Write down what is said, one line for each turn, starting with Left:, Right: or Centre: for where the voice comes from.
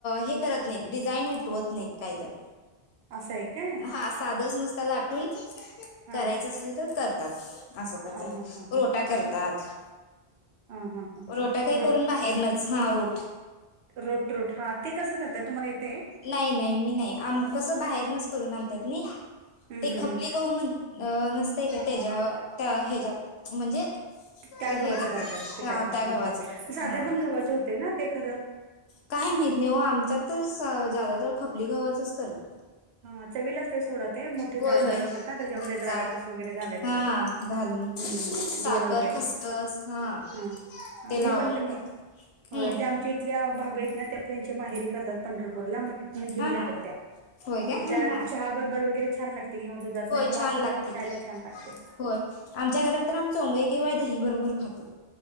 Left: हे करत नाहीत. डिझाईन उठवत नाईत... काय तर
Right: असं आहे काय
Left: हा... साधंच नुसतं लाटून...
Right: हा
Left: करायचं असेल तर कर. तात... आसं करतात...
Right: हा हा हा
Left: रोटा करतात
Right: हं. हं हं
Left: रोटा काय करून बाहेरनच
Right: <unintelligible>
Left: हा रोट
Right: रोट... रोट... हा... ते कसं करताय.. तुम्हाला येतंय?
Left: नाई.. नाई... मी नाई... आम... कसं बाहेरनच करून आणत्यात नई...
Right: हम्म
Left: ते
Right: हम्म
Left: खपली
Right: हम्म
Left: गहू म्हण अ... नसतंय का त्याच्या... त्या हच्यात म्हणजे
Right: त्या गव्हाचं
Left: हे
Right: करतात, पिठाचं....
Left: हा त्या
Right: हूं
Left: गव्हाचं
Right: हूं... पण
Left: करतात
Right: साध्या
Left: हा
Right: पण गव्हाचं होतं ना ते खरं
Left: काय माहित नाई वं... आमच्यात तर... स... ज्यादा तर खपली गव्हातच करतात.
Right: हा... चवीला असतं सोडा ते... मोठे
Left: होय
Right: जाड
Left: होय
Right: जाड असतात ना... त्याच्यामध्ये
Left: जाड
Right: ड्रायफ्रूट्स वगैरे घालायचं
Left: हा घालून...
Right: हम्म
Left: साखर
Right: गोड वगैरे
Left: खसखस... हा
Right: हा...
Left: ते
Right: मी
Left: लावून
Right: पण करते...
Left: करतो हम्म
Right: होय ते आमची ल्या भाभी आहेत ना त्या त्यानंचया माहेरी करतात पंढरपूरला मग तिथ घेऊन
Left: हा
Right: येतात
Left: हा
Right: त्या
Left: होय काय
Right: मग
Left: हा
Right: त्या
Left: हा
Right: चहा बरोबर वगैरे छान लागतय कि दुधातन
Left: होय
Right: किंवा
Left: छान
Right: असल
Left: लागते
Right: पण खायला
Left: ते
Right: छान लागते.
Left: होय आमच्या घरात तर आम चोंगई किंवा दही बरोबर खातो.